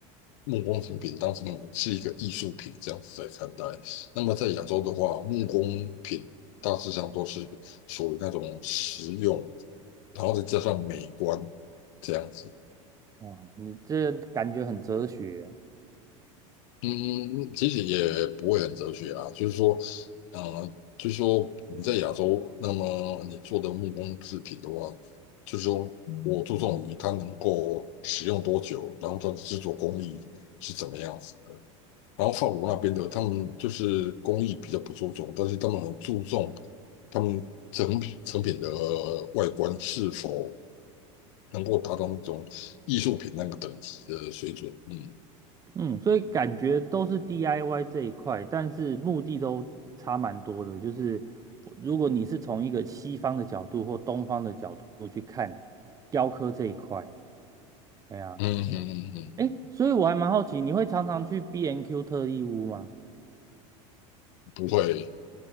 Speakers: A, on the left; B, on the right.
A: 木工成品当成是一个艺术品这样子在看待。那么在亚洲的话，木工品大致上都是属于那种实用，然后再加上美观这样子。
B: 哇，你这感觉很哲学啊
A: 嗯，嗯其实也不会很哲学啊，就是说，呃，就是说你在亚洲，那么你做的木工制品的话，就是说我注重于它能够使用多久，然后它的制作工艺是怎么样子的。然后法国那边的，他们就是工艺比较不注重，但是他们很注重他们成品成品的外观是否能够达到那种艺术品那个等级的水准。嗯
B: 嗯，所以感觉都是 DIY 这一块，但是目的都差蛮多的。就是如果你是从一个西方的角度或东方的角度去看雕刻这一块啊，哎呀。
A: 嗯嗯嗯，
B: 诶，
A: 嗯
B: 所以我还蛮好奇，你会常常去 B&Q N Q 特利屋吗？
A: 不会。